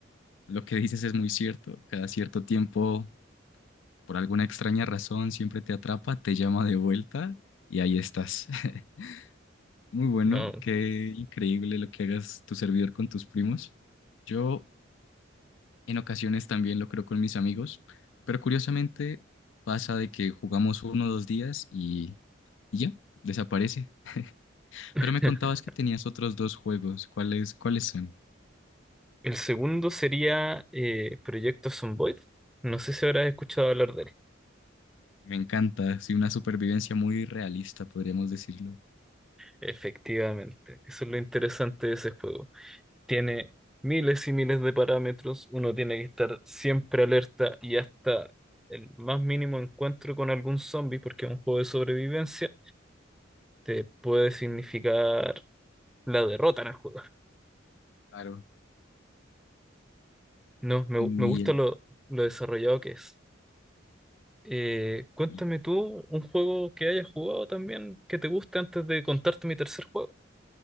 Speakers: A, on the left (about 70°); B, in the centre.
A: lo que dices es muy cierto. Cada cierto tiempo, por alguna extraña razón, siempre te atrapa, te llama de vuelta y ahí estás. <laughs> Muy bueno,
B: No.
A: qué increíble lo que hagas tu servidor con tus primos. Yo En ocasiones también lo creo con mis amigos, pero curiosamente pasa de que jugamos uno o dos días y, y ya, desaparece.
B: <laughs>
A: Pero me contabas que tenías otros dos juegos. ¿Cuáles, cuáles son?
B: El segundo sería eh, Proyecto Zomboid. No sé si habrás escuchado hablar de él.
A: Me encanta, sí, una supervivencia muy realista, podríamos decirlo.
B: Efectivamente, eso es lo interesante de ese juego. Tiene miles y miles de parámetros, uno tiene que estar siempre alerta y hasta el más mínimo encuentro con algún zombie, porque es un juego de sobrevivencia, te puede significar la derrota en el juego.
A: Claro.
B: No, me,
A: Y
B: gu- me gusta
A: el,
B: lo, lo desarrollado que es. Eh, cuéntame
A: eh,
B: tú un juego que hayas jugado también que te guste antes de contarte mi tercer juego.